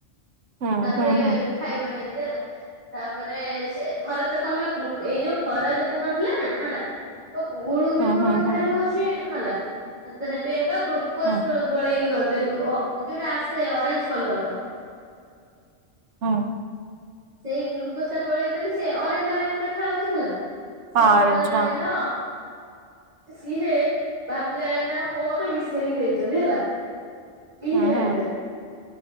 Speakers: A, on the right; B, on the right.
A: ହୁଁ
B: ତାପରେ
A: ହୁଁ ହୁଁ
B: ଖାଇବନି ଏମତି ହେଲା ତାପରେ ସେ ଥରେ ତାକୁ ଆମେ ଗ୍ଲୁକ ଏଇ ଯୋଉ ଖରା ଦିନ ନଥିଲା ନା ହେଲା, ଲ ତ ଗୁଳୁ ଗୁଳି
A: ହୁଁ
B: ଫୁଳୁ
A: ହୁଁ
B: ଗୁଳି
A: ହୁଁ
B: ଭାରି ହଉଛି ଛି ହେଲା ହେଥି ହେଥିପାଇଁ କା ଗ୍ଲୁକୋଜ
A: ହୁଁ ହୁଁ
B: ଫ୍ଲୁ ଗୋଳେଇକି ଦେଲୁ ଅ ଯୋଉଟା ଆସେ ଅରେଞ୍ଜ କଲର ର!
A: ହଁ!
B: ସେଇ ଗ୍ଲୁକୋଜ୍ ଟା ଗୋଳେଇ କି ଦେଲି ସେ ଅରେଞ୍ଜ ଅରେଞ୍ଜ ଦେଖା ଯାଉଛି ହେଲା! ସିଏ
A: ଅରେଞ୍ଜ
B: କଣ କଲା କହିଲ ସିଏ ଭାବିଲା ନା ଆଉ କଣ ମତେ ମିଶେଇକି ଦେଇଛନ୍ତି ହେଲା! <unintelligible>
A: ହଁ
B: ତାକୁ
A: ହୁଁ ହୁଁ